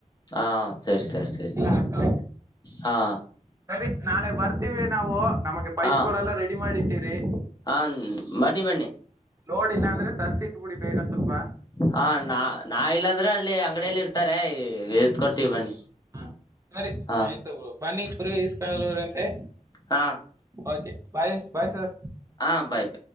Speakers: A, on the left; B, on the right.
A: ಹಾ ಸರಿ ಸರಿ ಸರಿ
B: ಹಾಕಲ್ಲ
A: ಹಾ
B: ಸರಿ ನಾಳೆ ಬರ್ತೀವಿ ನಾವು ನಮಗೆ ಪೈಪ್ಗಳೆಲ್ಲ
A: ಹಾ
B: ರೆಡಿ ಮಾಡಿ ಇಟ್ಟರಿ
A: ಹ ಬನ್ನಿ ಬನ್ನಿ
B: ನೋಡಿಲ್ಲ ಅಂದ್ರೆ ತರ್ಸಿಟ್ಬ ಬಿಡಿ ಬೇಗ ಸ್ವಲ್ಪ
A: ಹಾ ನಾ ನಾ ಇಲ್ಲಾಂದ್ರೆ ಅಲ್ಲಿ ಅಂಗಡಿಯಲ್ಲಿ ಇರ್ತಾರೆ ಎತ್ಕೊಡ್ತೀವಿ ಬನ್ನಿ
B: ಹಾ ನರಿ
A: ಹಾ
B: ಆಯ್ತು ಬನ್ನಿ ಪುರಿಕಾಗಳೂರಂತೆ
A: ಹಾ
B: ಓಕೆ ಬಾಯ್ ಬಾಯ್ ಸರ್
A: ಹಾ ಬಾಯ್ ಬ